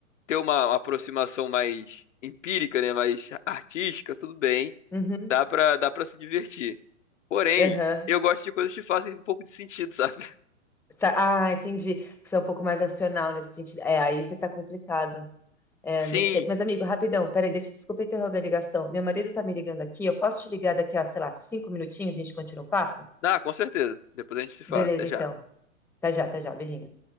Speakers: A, on the left (about 65°); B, in the centre.
A: ter uma, uma aproximação mais empírica, né, mais artística, tudo bem.
B: uhum,
A: Dá pra, dá pra se divertir. Porém,
B: aham.
A: eu gosto de coisas que fazem um pouco de sentido, sabe? <laughs>
B: Tá, ah, entendi. Você é um pouco mais racional nesse sentido. É, aí você tá complicado. É,
A: Sim.
B: não sei. Mas, amigo, rapidão, peraí, deixa, desculpa interromper a ligação. Meu marido tá me ligando aqui. Eu posso te ligar daqui a, sei lá, cinco minutinhos, a gente continua o papo?
A: Ah, com certeza. Depois a gente se fala.
B: Beleza,
A: Até já.
B: então. Tá já, tá já. Beijinho.